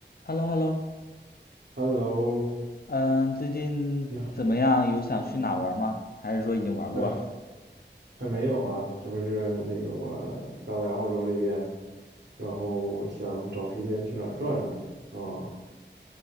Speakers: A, on the left; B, on the right.
A: h e l l o h e l l o
B: Hello，
A: 嗯，最近怎么样？
B: 你好，
A: 有想去哪玩吗？还是说已经玩过了？
B: 哎，还没有啊，这不是那个我刚来澳洲这边，然后想找时间去哪儿转转呢？啊，